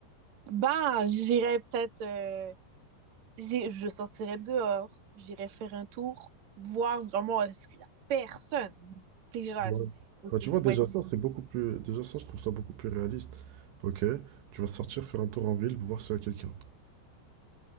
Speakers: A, on the right; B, on the right.
A: Ben, j'irais peut-être... euh, j'ai- je sortirais dehors, j'irais faire un tour, voir vraiment est-ce qu'il y a personne. Déjà,
B: Ouais.
A: faut,
B: Bah, tu vois, déjà
A: faut être...
B: ça, c'est beaucoup plus. Déjà ça, je trouve ça beaucoup plus réaliste. Ok, tu vas sortir, faire un tour en ville, voir s'il y a quelqu'un.